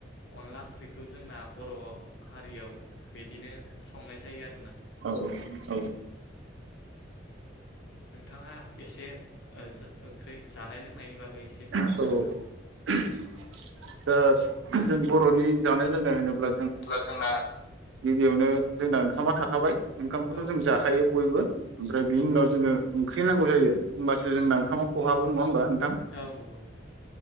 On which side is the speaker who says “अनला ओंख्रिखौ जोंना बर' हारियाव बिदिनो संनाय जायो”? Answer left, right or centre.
Left